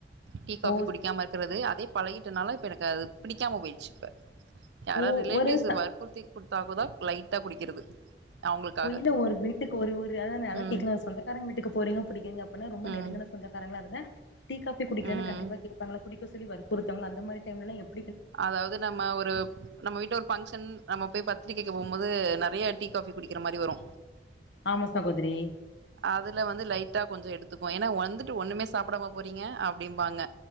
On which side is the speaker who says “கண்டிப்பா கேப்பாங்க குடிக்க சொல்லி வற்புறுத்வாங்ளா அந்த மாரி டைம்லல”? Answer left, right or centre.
Left